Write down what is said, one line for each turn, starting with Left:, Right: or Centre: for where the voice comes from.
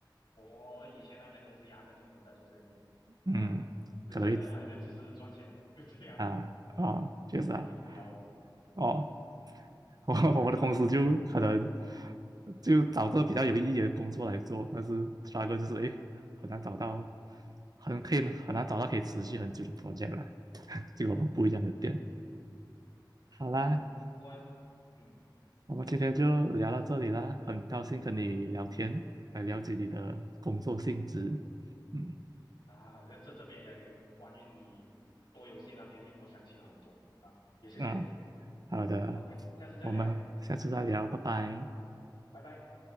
Left: 我以前那间公司压根就没有在做这些东西，
Right: 嗯，
Left: <laughs> 就真的还在只是赚钱，
Right: 可能会
Left: 就这样。
Right: 啊哦，确实啊，
Left: 然后挺无聊的。
Right: 哦，
Left: 嗯
Right: <laughs> 我我们的公司就可能就找这比较有意义的工作来做，但是刷 t 就是诶，很难找到，很可以很难找到可以持续很久的 project 啦，这个我们不一样的点。好啦，
Left: 嗯，不过嗯
Right: 我们今天就聊到这里啦，很高兴跟你聊天，来了解你的工作性质。嗯
Left: 啊，这这这边也有关于你做游戏那边令我想起了很多啊，也谢谢你。
Right: 啊，好的，
Left: OK，下次再聊，
Right: 我们下次再聊，拜拜。
Left: 拜拜。